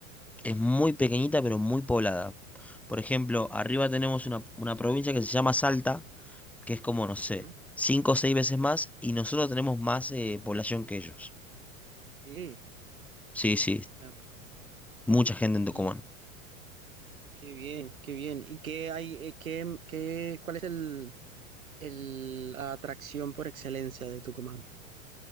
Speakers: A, in the centre; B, on the right.
A: es muy pequeñita pero muy poblada. Por ejemplo, arriba tenemos una, una provincia que se llama Salta, que es como, no sé,
B: Ujú.
A: cinco o seis veces más y nosotros tenemos más eh, población que ellos.
B: Sí,
A: Sí, sí,
B: o sea,
A: mucha gente en Tucumán.
B: y qué bien, qué bien. ¿Y qué hay, eh, qué, qué, cuál es el, el, la atracción por excelencia de Tucumán?